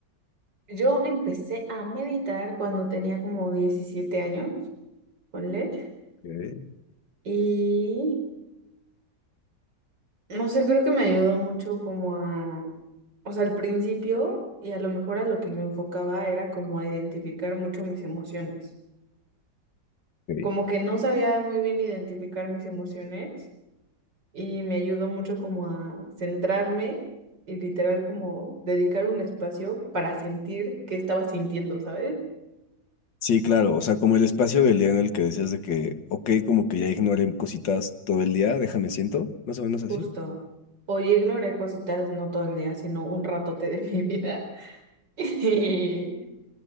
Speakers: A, on the right; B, on the left.
A: Yo empecé a meditar cuando tenía como 17 años, ponle.
B: Ok,
A: Y no sé, creo que me ayudó mucho como a. O sea, al principio. Y a lo mejor a lo que lo enfocaba era como a identificar mucho mis emociones.
B: ok.
A: como que no sabía muy bien identificar mis emociones y me ayudó mucho como a centrarme y literal como dedicar un espacio para sentir qué estaba sintiendo, ¿sabes?
B: Sí, claro, o sea, como el espacio del día en el que decías de que, ok, como que ya ignoré cositas todo el día, déjame siento, más o menos así.
A: Justo. O yo ignoré cositas no todo el día, sino un ratote de mi vida <laughs> y